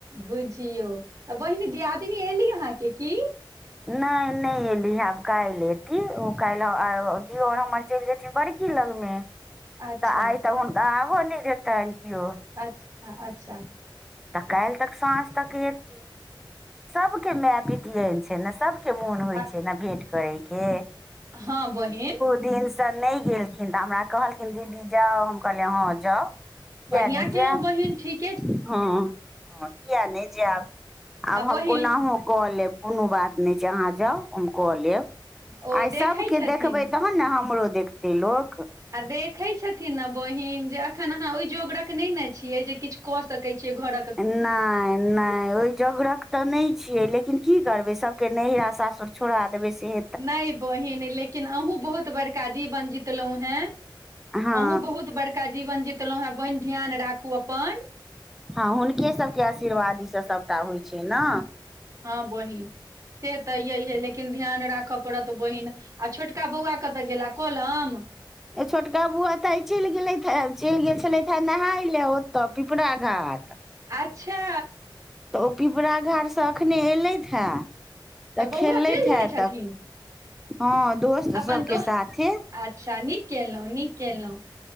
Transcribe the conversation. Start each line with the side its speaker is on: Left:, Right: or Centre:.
Right: बुझियौ तऽ बहिनी दियादिनी एली अहाँके की
Centre: <inaudible> नहि नइ एली हँ आब काल्हि एती ओ काल्हि दियोर हमर चलि जेती बड़ी की लगमे
Right: अच्छा
Centre: तऽ आइ तऽ हुनका आबो नइ देतैन कियो
Right: अच्छा अच्छा
Centre: तऽ काल्हि तक साँझ तक एती सबके माय पी तीयाइन छै न सभके मोन होइ
Right: आ
Centre: छै नऽ भेट करय के
Right: हँ बहिन
Centre: दिनसँ नहि गेलखिन तऽ हमरा कहलखिन दीदी जाउ हम कहलियै हँ जाउ किया
Right: बढ़िआँ
Centre: नहि
Right: कयेलहुँ
Centre: जायब
Right: बहिन ठीक
Centre: हँ हँ किया नहि जायब आब
Right: आ
Centre: हम
Right: बहिन
Centre: कोनाहु कऽ लेब कोनो बात नहि छै अहाँ जाउ हम कऽ लेब
Right: ओ
Centre: आइ
Right: देखै
Centre: सबके
Right: छथिन
Centre: देखबै तऽ तखन न हमरो देखतै लोक
Right: आ देखे छथिन ने बहिन जे अखन अहाँ ओहि जोंगटक नइ न छियै जे किछु कऽ सकैत छियै घोरक
Centre: ए नाइ नहि ओहि जोगरक तऽ नहि छियै लेकिन की करबै सबके नहिरा सासुर छोड़ा देबै सेह
Right: नहि बहिन लेकिन अहूँ बहुत बड़का जीवन जीतलहुँ हेँ
Centre: हँ
Right: अहुँ बहुत बड़का जीवन जीतलहुँ हेँ बहिन ध्यान राखू अपन
Centre: हँ हुनके सभके आशीर्वादीसँ सभटा होइ छै न
Right: हँ बहिन से तऽ य है लेकिन ध्यान राखऽ पड़त बहिन आ छोटका बौआ कतऽ गेला कलम
Centre: ए छोटका बौआ तऽ चलि गेलेथ हँ चलि गेल छले थे नहााय ले ओतऽ पिपरा घाट
Right: अच्छा
Centre: तऽ ओ पिपरा घाटसँ एखने ऐयलथि हे तऽ
Right: बौआ
Centre: खेलैथ
Right: चलि जाइ
Centre: हे
Right: छथिन
Centre: तऽ हँ दोस्त
Right: अपन
Centre: सबके
Right: दोस्त
Centre: साथे
Right: अच्छा नीक कलहुँ नीक केलहुँ